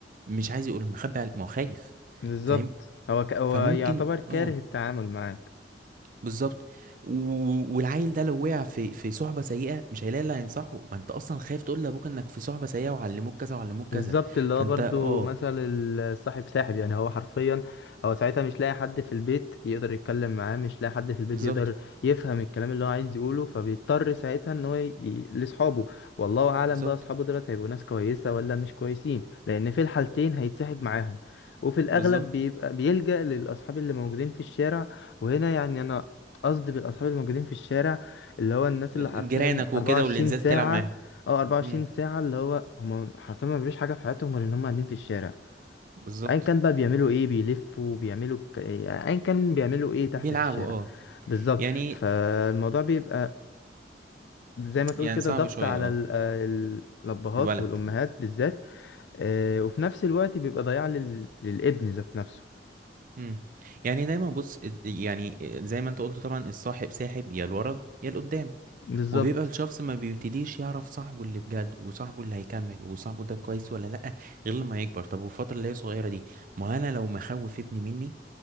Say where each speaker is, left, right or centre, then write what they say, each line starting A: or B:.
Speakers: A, on the right; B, on the left.
A: مش عايز يقول مخبي على- ما هو خايف
B: بالظبط
A: فاهم
B: هو ك... هو
A: فممكن
B: يعتبر كاره
A: اه
B: التعامل معاه
A: بالظبط و- والعيل ده لو وقع في في صحبة سيئة مش هيلاقي اللي هينصحه ما انت اصلا خايف تقول لابوك انك في صحبة سيئة وعلموك كذا وعلموك
B: بالظبط
A: كذا
B: اللي هو
A: فانت
B: برضو
A: اه
B: مثل الصاحب ساحب يعني هو حرفيا هو ساعتها مش لاقي حد في البيت يقدر يتكلم معاه مش لاقي حد في البيت
A: بالظبط
B: يقدر يفهم الكلام اللي هو عايز يقوله فبيضطر ساعتها ان هو ي... ي- لاصحابه والله اعلم
A: بالظبط
B: بقى اصحابه دولت هيبقوا ناس كويسة ولا مش كويسين لان في الحالتين هيتسحب معاهم وفي الاغلب
A: بالظبط
B: بيبقى بيلجأ للاصحاب اللي موجودين في الشارع وهنا يعني انا قصدي بالاصحاب الموجودين في الشارع اللي هو الناس اللي حرفيا
A: جيرانك وكده
B: 24
A: واللي نزلت
B: ساعة
A: تلعب معاهم
B: اه 24
A: امم
B: ساعة اللي هو هم حرفيا ما بيعملوش حاجة في حياتهم غير ان هم قاعدين في الشارع
A: بالظبط
B: ايا كان بقى بيعملوا ايه بيلفوا بيعملوا ك... يعني ايا كان بيعملوا ايه تحت
A: بيلعبوا
B: في الشارع
A: اه
B: بالظبط
A: يعني
B: فالموضوع بيبقى زي ما تقول
A: يعني
B: كده
A: صعب
B: ضغط
A: شوية
B: على
A: اه
B: ال- آه الابهات
A: الولد
B: والامهات بالذات آه، وفي نفس الوقت بيبقى ضياع لل... للابن ذات نفسه
A: امم يعني دايما بص يعني آه، زي ما انت قلت طبعا الصاحب ساحب يا لورا يا لقدام
B: بالظبط
A: وبيبقى الشخص ما بيبتديش يعرف صاحبه اللي بجد وصاحبه اللي هيكمل وصاحبه ده كويس ولا لأ غير لما يكبر طب والفترة اللي هي صغيرة دي ما انا لو مخوف ابني مني